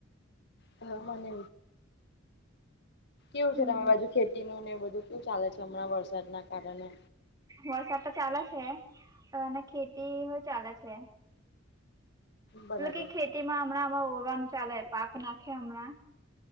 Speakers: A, on the left; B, on the right.
A: હા મને એવું
B: હમ
A: થાય છે કેવું છે તમાર બાજુ ખેતી નું ને એવું બધું? શું ચાલે છે હમણાં વરસાદના કારણે?
B: વરસાદ તો ચાલે છે અને ખેતી હોય ચાલે છે.
A: બરાબર.
B: મલ કે ખેતીમાં હમણાંમાં ઓરવાનું ચાલે પાક નાખે હમણાં